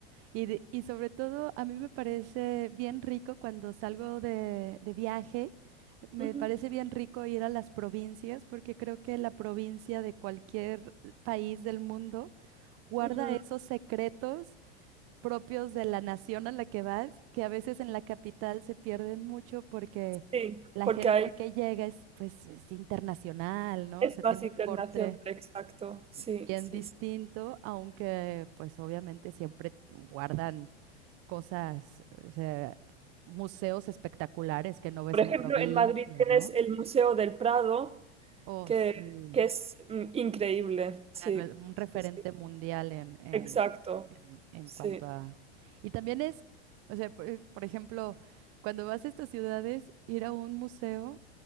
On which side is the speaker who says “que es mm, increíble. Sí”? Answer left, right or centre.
Right